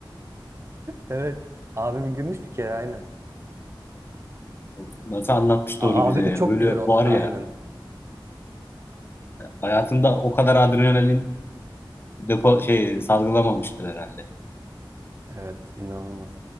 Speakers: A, on the right; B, on the left.
A: Evet. Abim girmiş bir kere aynen.
B: <laughs> Nasıl anlatmıştı
A: A-
B: onu bize
A: Abim
B: ya.
A: çok
B: Böyle
A: güzel o.
B: var
A: Aynen.
B: ya hayatında o kadar adrenalin depo şey salgılamamıştır herhalde.
A: Evet inanılmaz.